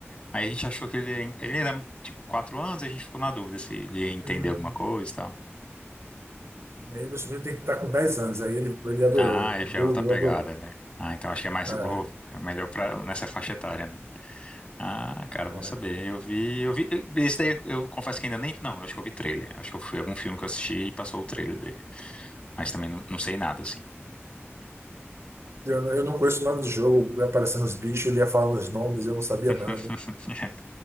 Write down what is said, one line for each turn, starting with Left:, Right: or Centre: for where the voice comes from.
Left: Aí a gente achou que ele, ele era tipo quatro anos, a gente ficou na dúvida se ele ia entender
Right: Hum.
Left: alguma coisa e tal.
Right: E Aí meu sobrinho tem que estar com 10 anos. Aí ele, ele adorou.
Left: Ah, aí
Right: Adorou,
Left: já é outra pegada,
Right: adorou.
Left: né? Ah, então acho que é mais
Right: É,
Left: vou- é melhor pra, nessa faixa etária, né? Ah, cara,
Right: é.
Left: bom saber. Eu vi, eu vi. Esse daí eu confesso que ainda nem. Não, eu acho que eu vi trailer. Acho que eu fui algum filme que eu assisti e passou o trailer dele. Mas também não, não sei nada, assim.
Right: Eu, não- eu não conheço o nome do jogo, ia aparecendo os bichos, ele ia falando os nomes, eu não sabia
Left: <laughs>
Right: nada.